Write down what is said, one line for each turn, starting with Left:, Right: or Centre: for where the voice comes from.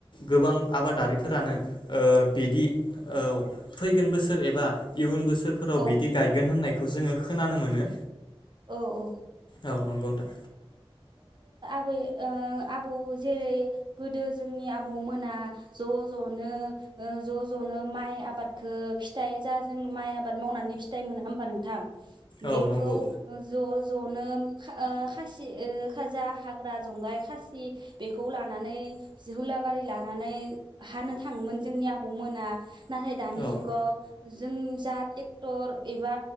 Left: गोबां आबादारिफोरानो ओ बिदि औ फैगोन बोसोर एबा इयुन बो बोसोरफोराव
Right: औ
Left: बिदि गायगोन होननाय बेखौ जोङो खोनानो मोनो
Right: औ औ
Left: औ नंगौ नोंथां
Right: <unintelligible> आबै ओ आबौ जेरै गोदो जोंनि आबौ मोना ज' ज'नो ओ ज' ज'नो माइ आबादखौ फिथाइ जा जों माइ आबाद मावनानै फिथाइ मोनो होमबा नोंथां?
Left: औ
Right: बेखौ
Left: नंगौ
Right: जनो ओ खासि जा हाग्रा जंगाय खासि बेखौ लानानै जि हुलाबारि लानानै हानो थाङोमोन जोंनि आबौ मोना नाथाय दानि
Left: औ
Right: जुगाव जों जा टेक्टर एबा